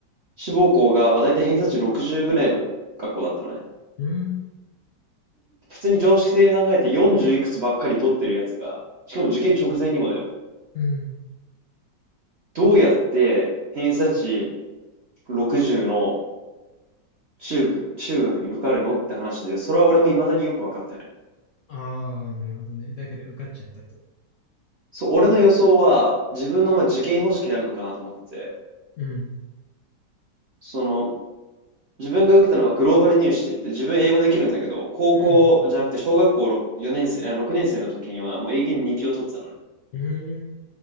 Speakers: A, on the right (about 55°); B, on the left (about 70°).
A: 志望校が、まあ大体偏差値60ぐらいの学校だったのね。
B: うん、
A: 普通に常識的に考えて40いくつばっかり取ってるやつが、しかも受験直前にもだよ。
B: うん。
A: どうやって偏差値60の中学、中学に受かるのって話で、それは俺も未だによく分かってない。
B: ああ、なるほどね。だけど受かっちゃったと。
A: そう、俺の予想は自分のまあ受験方式になるのかなと思ってて、
B: うん、
A: その、自分が受けたのがグローバル入試って言って、自分英語できるんだけど、高校じゃなくて小学校
B: うん、
A: 6, 4年生、あ6年生の時にはもう英検2級を取ってたのね。
B: うん。